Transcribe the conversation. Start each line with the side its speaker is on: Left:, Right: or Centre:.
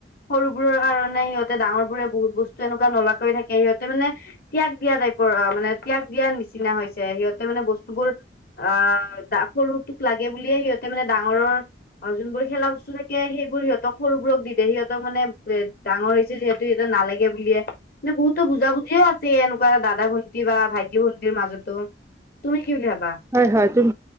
Left: সৰুবোৰৰ কাৰণে সিহঁতে ডাঙৰ বোৰে বহুত বস্তু এনেকুৱা নোলোৱাকৈ থাকে সিহঁতে মানে ত্যাগ দিয়া টাইপৰ অ' মানে ত্যাগ দিয়া নিচিনা হৈছে সিহঁতে মানে বস্তুবোৰ অ' সৰুটোক লাগে বুলিয়ে সিহঁতে মানে ডাঙৰ অ' যোনবোৰ খেলা বস্তু থাকে সেইবোৰ সিহতক সৰুবোৰক দি দিয়ে সিহতক মানে এ ডাঙৰ হৈছে যিহেতু সিহঁত নালাগে। বুলিয়ে মানে বহুত বুজা - বুজিয়ে আছে এনেকুৱা এটা দাদা ভন্টি বা ভাইটি ভন্টিৰ মাজতো তুমি কি বুলি ভাবা।
Right: হয় হয় তুম